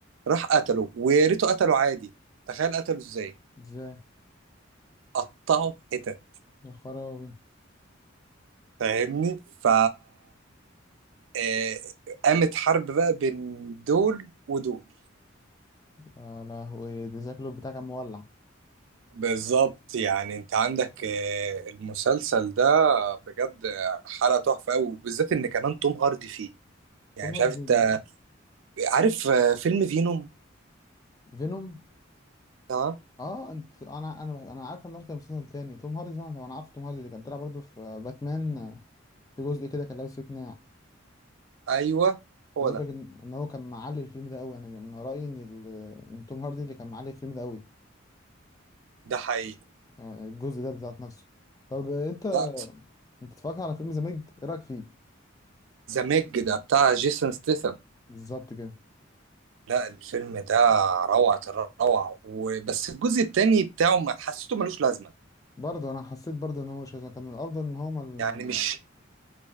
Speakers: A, on the right (about 70°); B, on the left (about 15°).
A: راح قتله ويا ريته قتله عادي تخيل قتله ازاي
B: ازاي
A: قطعه حتت
B: يا خرابي
A: فاهمني ف آه، قامت حرب بقى بين دول ودول
B: يا لهوي ده شكله بتاع كان مولع
A: بالظبط يعني انت عندك آه، المسلسل ده بجد آه، حلقة تحفة قوي وبالذات ان كمان توم هاردي فيه يعني
B: توم
A: مش
B: هاردي
A: عارف انت عارف آه، فيلم فينوم
B: فينوم
A: تمام
B: اه انت انا انا انا عارف ان رحت مسلسل تاني توم هاردي ده انا أنا عارف توم هاردي اللي كان طلع برضه في باتمان في جزء كده كان لابس فيه قناع
A: ايوه هو
B: عايز
A: ده
B: اقول لك ان إن هو كان معلي الفيلم ده قوي يعني انا رايي ان ال- ان توم هاردي اللي كان معلي الفيلم ده قوي
A: ده حقيقي
B: الجزء ده بذات نفسه طب انت
A: لا
B: انت اتفرجت على فيلم ذا ميج ايه رايك فيه
A: ذا ميج ده بتاع جيسون ستيثم
B: بالظبط كده
A: لا الفيلم ده روعة الروعة وبس الجزء التاني بتاعه ما حسيته ملوش لازمة
B: برضه انا حسيت برضه ان هو مش كان الافضل ان هما ال-
A: يعني مش